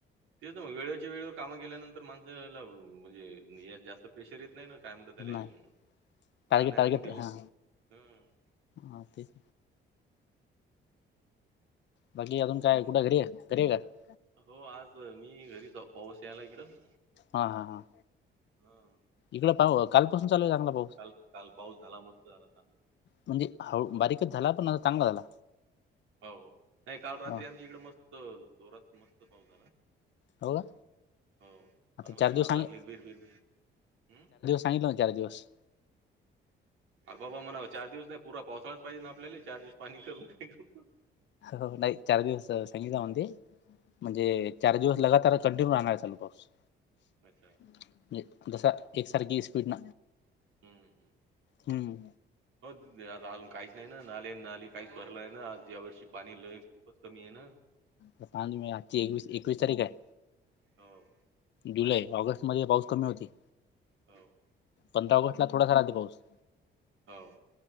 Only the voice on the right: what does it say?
तेच ना मग वेळेच्या वेळेवर कामं केल्यानंतर माणसाला म्हणजे य जास्त प्रेशर येत नाही ना. काय म्हणते त्याले
हं
नाही
तर मग ते हं.
हो आज मी घरी हावु. पाऊस यालाय इकडं.
हा
काल -काल पाऊस झाला. मस्त झाला काल.
हो, हो. नाही काल रात्री
आमच्या इकड मस्त जोरात मस्त पाऊस झाला.
हो. चांगलं
झालं
आणि आता
भिर भीर भिर भीर हम्म.
अ बाबा म्हणाव चार दिवस नाही पुरा पावसाळाच पाहिजे ना आपल्याला चार दिवस पाणी करून काय करू.
नाही
हं
अच्छा.
हम्म हम्म
हो. आता अजून काहीच नाही ना नाले नाली काहीच भरल नाही ना आज या व -- र्षी पाणी लईच खूपच कमी हेना.
हो.
हो.
हो.